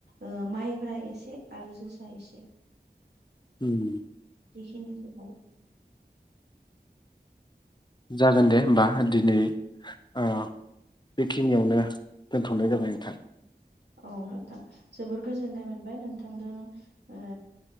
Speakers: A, on the right; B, on the left.
A: ओ माइब्रा एसे आरो जो सा एसे
B: ओम
A: बेखिनि खौ गायो
B: जागोन दे होमबा दिनै ओ बेखिनियावनो दोनथनाय जाबाय नोंथां
A: औ नोंथां जोबोर गोजोननाय मोनबाय नोंथांजों ओ